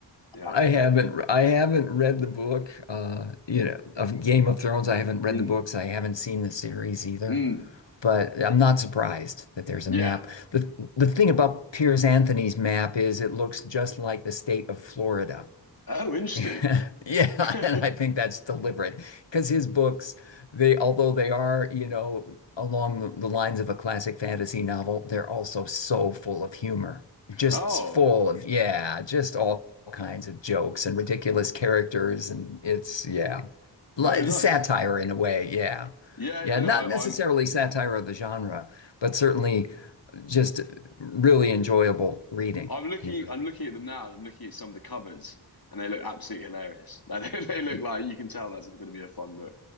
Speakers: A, on the left; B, on the left.
A: yeah
B: I haven't I haven't read the book, uh, you know, of Game of Thrones. I haven't read
A: mm,
B: the books. I haven't seen the series either.
A: mm,
B: But I'm not surprised that there's
A: yeah
B: a map. The the thing about Piers Anthony's map is it looks just like the state of Florida.
A: oh interesting
B: <laughs> Yeah,
A: <laughs>
B: and I think that's deliberate because his books, they although they are, you know, along the, the lines of a classic fantasy novel, they're also so full of humor. Just
A: oh
B: full of, yeah, just all kinds of jokes and ridiculous characters and it's yeah. Like
A: oh nice
B: satire in a way, yeah.
A: yeah
B: Yeah,
A: yeah no
B: not
A: I,
B: necessarily
A: i'm
B: satire of the genre, but certainly just really enjoyable reading,
A: I'm looking
B: you know.
A: I'm looking at them now and I'm looking at some of the covers and they look absolutely hilarious. <laughs> Like they, they look
B: Y-
A: like you can tell that's going to be a fun book